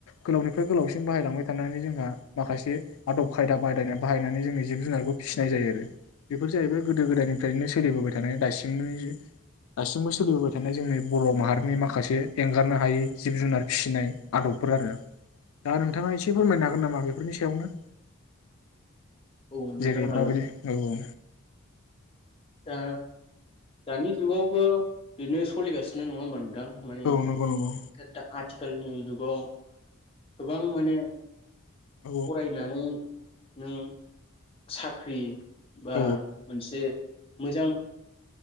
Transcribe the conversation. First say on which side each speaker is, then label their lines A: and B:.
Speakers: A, on the left (about 80°); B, on the left (about 25°).
A: गोलावनिफ्राय गोलावसिम बाहायलांबाय थानानै जों हा माखासे आदब खायदा बादाय बाहायनानै जोंनि जिब जुनारखौ फिसिनाय जायो आरो बे फोर जाहैबाय गोदो गोदायनिफ्रायनो
B: औ
A: सोलिबोबाय थानाय दासिम <unintelligible> दासिमबो सोलिबोबाय थानाय जोंनि बर' माहारिनि माखासे एंगारनो हायै जिब जुनार फिसिनाय आदबफोर आरो। दा नोंथाङा एसे
B: औ
A: फोरमायनो हागोन नामा बेफोरनि सायावनो?
B: औ नोंथां
A: जेरै
B: हागोन
A: माबोरै औ औ।
B: दा दानि जुगावबो बेनो सलिगासिनो नङा होमबानो नों थां माने
A: औ औ नंगौ नंगौ
B: दा-दा आथिखालनि जुग <unintelligible> गोबां माने
A: औ
B: फरायनानै नों साख्रि बा
A: औ
B: मोनसे मोजां